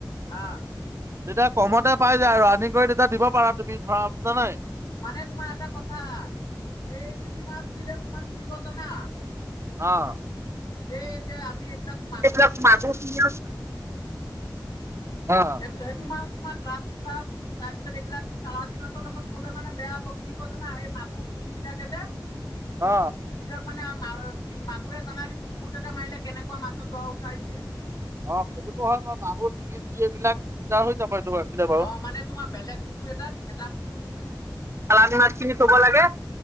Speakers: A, on the left; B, on the right.
A: আহ
B: তেতিয়া কমতে পাই যায় আৰু আনি কৰি তেতিয়া দিব পাৰা তুমি ধৰা বুজা নাই?
A: মানে তোমাৰ এটা কথা এইবিলাক মাছ দিলে তোমাক কি হব জানা?
B: অ
A: এই যে আমি এইবিলাক মাগুৰ
B: এইবিলাক
A: শিঙিটো
B: মাগুৰ
A: জোনটো।
B: শিঙি অ
A: সেইটো সেইটো মাছ তোমাৰ গ্ৰাস তাৰপিছত এইবিলাক চালানী মাছৰ লগত থলে মানে বেয়া হব কি হব জানা এই মাগুৰ চিঙিবলাকে যে
B: অ
A: সিহঁতক মানে মাগুেৱে জনাই সুট এটা মাৰিলে কেনেকুৱা মানুহ জ্বৰ উঠাই দিয়ে।
B: অ সেইটোতো হয় বাৰু মাগুৰ শিঙি দি এইবিলাক হৈ যাব। এইটো ৰাখিলে বাৰু।
A: অ মানে তোমাৰ বেলেগ পুখুৰী এটাত এটা পুখুৰীত
B: চালানি মাছখিনি থব লাগে